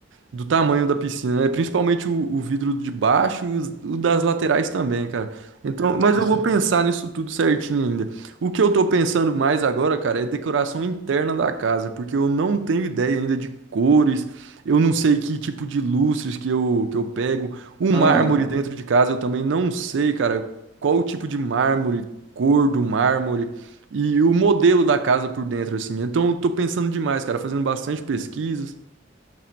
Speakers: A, on the right (about 75°); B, on the right (about 20°).
A: do tamanho da piscina, né? Principalmente o, o vidro de baixo e os- o das laterais também, cara. Então, mas
B: com
A: eu
B: certeza.
A: vou pensar nisso tudo certinho ainda. O que eu tô pensando mais agora, cara, é decoração interna da casa, porque eu não tenho ideia ainda de cores, eu não sei que tipo de lustres que eu, que eu pego. O mármore
B: Ah,
A: dentro de casa eu também não sei, cara, qual o tipo de mármore, cor do mármore. E o modelo da casa por dentro, assim. Então, eu tô pensando demais, cara, fazendo bastante pesquisas.